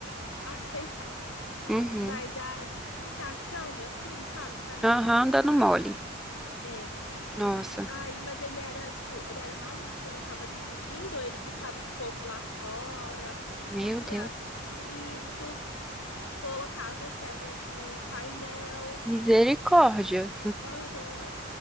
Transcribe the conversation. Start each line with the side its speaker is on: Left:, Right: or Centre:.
Left: aceitar.
Centre: Uhum.
Left: Mas aí, tipo, se achando assim, sabe? Pra mim,
Centre: Aham, dando
Left: ai,
Centre: mole.
Left: é.
Centre: Nossa,
Left: Aí, mas ele era, tipo, ele era maluco. Quando eu tava dirigindo, ele gritava pro povo lá fora,
Centre: meu
Left: tirava
Centre: Deus.
Left: o cinto, colocava o pé no, no painel.
Centre: Misericórdia.
Left: Aham.